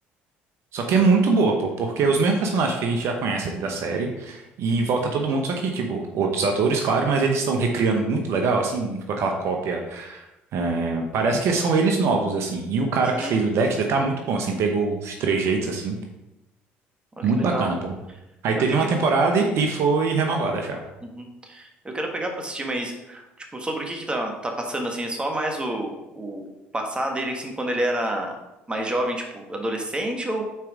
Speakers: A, on the right (about 65°); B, on the right (about 20°).
A: Só que é muito boa, pô, porque é os mesmos personagens que a gente já conhece ali da
B: Uhum.
A: série e volta todo mundo, só que, tipo, outros atores, claro, mas eles estão recriando muito legal, assim, não ficou aquela cópia é, parece que são eles novos, assim. E o cara
B: Uhum.
A: que fez o Dexter tá muito bom, assim. Pegou os três jeitos, assim.
B: Olha
A: Muito
B: que legal.
A: bacana, pô. Aí
B: Eu
A: teve
B: tenho
A: uma
B: que.
A: temporada e e foi renovada já.
B: Uhum. Eu quero pegar pra assistir, mas, tipo, sobre o que que tá, tá passando, assim, é só mais o, o passado dele, assim, quando ele era mais jovem, tipo, adolescente, ou